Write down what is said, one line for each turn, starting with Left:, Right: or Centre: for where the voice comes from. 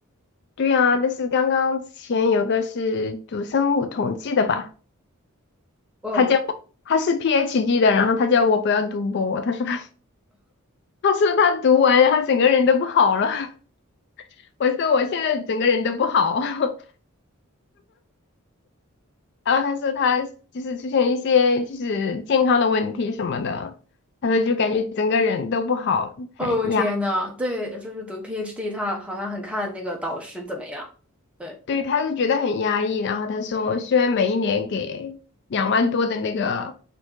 Left: 对呀，但是刚刚之前有个是读生物统计的吧，
Centre: 哦
Left: 他叫我，他是 PhD 的，然后他叫我不要读博，他说 <laughs> 他说他读完，然后整个人都不好了。<laughs> 我说我现在整个人都不好。<laughs> 然后他说他就是出现一些就是健康的问题什么的，他说就感觉整个人都不好，很压，
Centre: 哦天呐，对，就是读 PhD，他好像很看那个导师怎么样。对，
Left: 对，他是觉得很压抑。然后他说，虽然每一年给两万多的那个